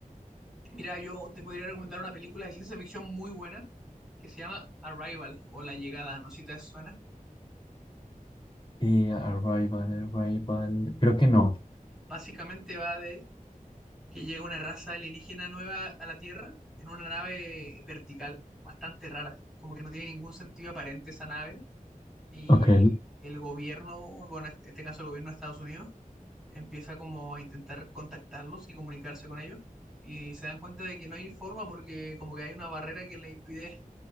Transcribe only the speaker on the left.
Eh, Arrival, Arrival, creo que no.
Ok,